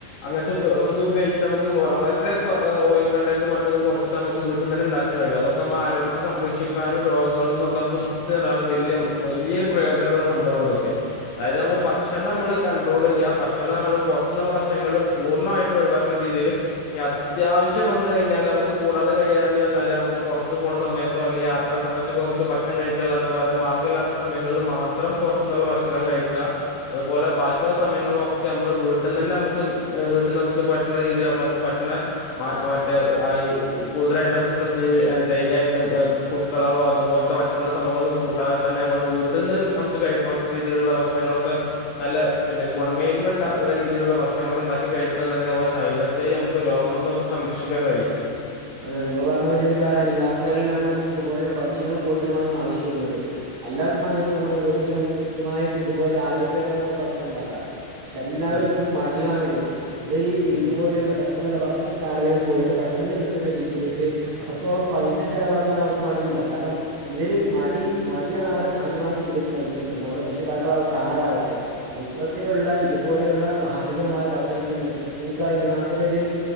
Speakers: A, on the left; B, on the right.
A: അങ്ങനെത്തെ ദുബ ഗിച്ചിട്ട് നമുക്ക് വളരെ ഓയിൽ കണ്ടന്റും മറ്റതും കുറച്ചിട്ട് നമക്ക് വീട്ടിൽന്ന് തന്നെ ഉണ്ടാക്കാൻ കഴിയും അതൊക്കെ നമ്മുടെ ആരോഗ്യത്തെ സംരക്ഷിക്കും ക്കാനും രോഗങ്ങളിൽ നിന്നൊക്കെ നമുക്ക് മുക്തി നേടാനും വലിയ വലിയൊരു പ്രയോജനമുള്ള സംഭവമാണ് ഇതൊക്കെ അതായത് നമ്മള് ഭക്ഷണം മ്മള് കണ്ട്രോൾ ചെയ്യുക ഭക്ഷണം നമ്മൾ പുറത്തു നിന്നുള്ള ഭക്ഷണങ്ങൾ പൂർണ്ണമായിട്ട് ഒഴിവാക്ക <unintelligible> അത്യാവശ്യം വന്ന് കഴിഞ്ഞാൽ നമുക്ക് കൂടാതെ കിഴിയേണ്ടി വന്നാല് നമ്മക്ക് പൊറത്തു പോണ സമയത്തൊ അല്ലെങ്കിൽ യാ- ത്ര സമയത്തക്ക നമുക്ക് ഭക്ഷണം കഴിക്ക അല്ലാതെ വേറെ മാർഗം ഇല്ലാത്ത സമയങ്ങളിൽ മാത്രം പൊ റത്തു നിന്നുള്ള ഭക്ഷണങ്ങൾ കഴിക്ക അതുപോലെ ബാക്കിയുള്ള സമയങ്ങളിലും ഒക്കെ നമ്മള് വീട്ടിന്ന ന്നെ നമുക്ക് വീട്ടിൽന്ന് നമുക്ക് പറ്റണ രീതിയിൽ നമ്മുക്ക് പറ്റണ <unintelligible> കളറോ അതുപോലത്തെ മറ്റുള്ള സംഭവങ്ങളും കൂട്ടാതെ ത്തന്നെ നമ്മള് വീട്ടിൽന്ന് നമുക്ക് കഴിക്കാ പറ്റണ രീതിയിലുള്ള ഭക്ഷണങ്ങളൊക്കെ നല്ല പിന്നെ ഗുണമേന്മ ഉള്ള രീതിയിലുള്ള ഭക്ഷണങ്ങളൊക്കെ ഉണ്ടാക്കി കഴിക്കാന്നുണ്ടെങ്കിൽ നമ്മുടെ ശരീര <unintelligible> നമുക്ക് രോഗങ്ങളിൽ നിന്നൊക്കെ സംരക്ഷിക്കാൻ കഴിയും
B: അതെ അതെ നിങ്ങൾ പറഞ്ഞ വലിയൊരു കാര്യമാണ് ഈ യാത്രകളിലാണ് നമുക്ക് ഇതുപോലെയുള്ള ഭക്ഷണങ്ങൾ കൂടുതലുമായും ആവശ്യമായി വരുന്നത് അല്ലാത്ത സമയത്ത് നമ്മുടെ വീടുകളിൽ നമുക്ക് കൃത്യമായിട്ട് ഇതുപോലെ ആരോഗ്യപരമായി നമുക്ക് ഭക്ഷണണ്ടാക്ക പക്ഷെ എല്ലാവർക്കും
A: അതെ അതെ
B: ഇപ്പ മടിയാണുള്ളത് ഇവര്
A: ഉം
B: ഇതുപോലെയുള്ള
A: ഉം
B: ഭക്ഷ പെട്ടന്നുള്ള ഭക്ഷണശാലകളിൽ പോയിട്ട് പെട്ടെന്ന് കിട്ട കിട്ടുന്ന രീതിയിലേക്ക് അത്രത്തോളം പൈസ ചെലവാക്കാൻ അവർക്ക് മടിയില്ല കാരണം ഇവര് മടി മടിയാണ് അവരെ കാര്യമായിട്ട് ഇതിലേക്ക് നയിക്കുന്നത് നമ്മുടെ രക്ഷിതാക്കളാവട്ടെ ആരാവട്ടെ അപ്പൊ ഇത്തരത്തിലുള്ള ഇതുപോലെള്ള ഹാനികരമായ ഭക്ഷണത്തിൽനിന്ന് എനിക്കററിം ഇന്റെ നാട്ടിലൊരു